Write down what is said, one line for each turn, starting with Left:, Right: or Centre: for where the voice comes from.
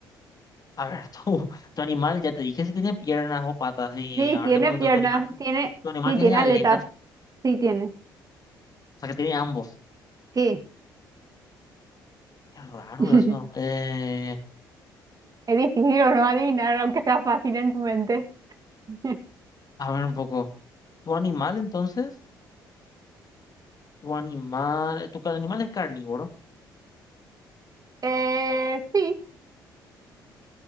Left: A ver, <laughs> tu, tu animal, ya te dije si tiene piernas o patas, y
Right: Sí,
Left: ahora
Right: tiene
Left: te pregunto,
Right: piernas,
Left: ¿tu animal,
Right: tiene,
Left: tu animal
Right: sí,
Left: tiene
Right: tiene
Left: aletas?
Right: aletas, sí tiene.
Left: O sea, que tiene ambos.
Right: Sí.
Left: Qué raro
Right: <laughs>
Left: eso. Eh,
Right: Es difícil o no adivinar, aunque sea fácil en tu mente. <laughs>
Left: a ver un poco. ¿Tu animal entonces? ¿Tu animal? ¿Tu ca- animal es carnívoro?
Right: Eh, sí,